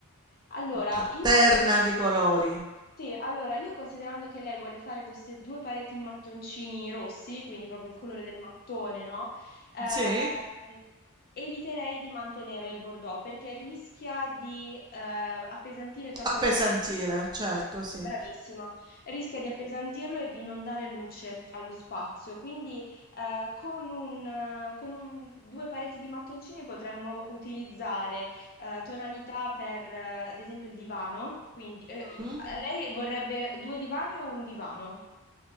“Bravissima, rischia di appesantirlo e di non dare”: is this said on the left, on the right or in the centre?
Left